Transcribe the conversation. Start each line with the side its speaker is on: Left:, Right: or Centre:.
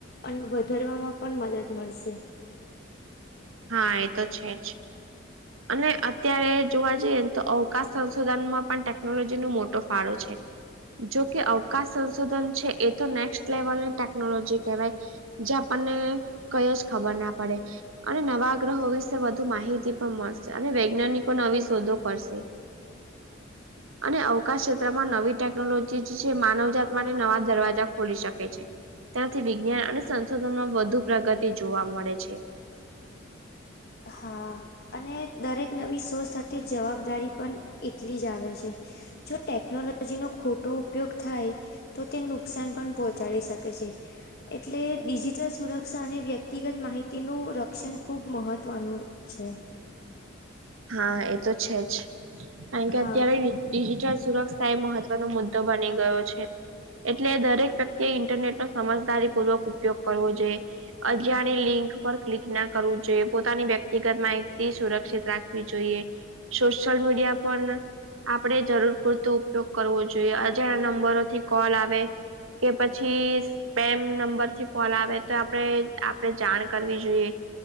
Left: અન વધારવામાં પણ મદદ મળશે.
Right: હા એતો છેજ. અને અત્યારે જોવા જઈએ ને તો અવકાશ સંશોધનમાં પણ ટેકનોલોજી નો મોટો ફાળો છે. જોકે અવકાશ સંશોધન છે એ તો નેક્સ્ટ લેવલની ટેકનોલોજી કહેવાય. જે આપણને કંઈ જ ખબર ના પડે. અને નવા ગ્રહો વિશે વધુ માહિતી પણ મળશે અને વૈજ્ઞાનિકો નવી શોધો કરશે. અને અવકાશ ક્ષેત્રમાં નવી ટેકનોલોજી જ છે માનવજાત માટે નવા દરવાજા ખોલી શકે છે. ત્યાંથી વિજ્ઞાન અને સંશોધનમાં વધુ પ્રગતિ જોવા મળે છે.
Left: હા. અને દરેક નવી શોધ સાથે જવાબદારી પન એટલી જ આવે છે. જો ટેકનોલોજી નો ખોટો ઉપયોગ થાય તો તેનું નુકસાન પણ પહોંચાડી શકે છે. એટલે ડિજિટલ સુરક્ષા અને વ્યક્તિગત માહિતીનું રક્ષણ ખૂબ મહત્ત ત્વ નુ છે.
Right: હા એતો છે જ કારણ કે
Left: હા
Right: અત્યારે ડિજિટલ સુરક્ષા એ મહત્વનો મુદ્દો બની ગયો છે. એટલે દરેક વ્યક્તિએ ઇન્ટરનેટ નો સમજદારીપૂર્વક ઉપયોગ કરવો જોઈએ. અજાણી લિંક પર ક્લિક ના કરવું જોઈએ પોતાની વ્યક્તિગત માહિતી સુરક્ષિત રાખવી જોઈએ સોશિયલ મીડિયા <unintelligible> આપણે જરૂર પૂરતો ઉપયોગ કરવો જોઈએ અજાણ્યા નંબરોથી કોલ આવે કે પછી <unintelligible> સ્પેમ નંબરથી કોલ આવે તો આપણે આપણે જાણ કરવી જોઈએ.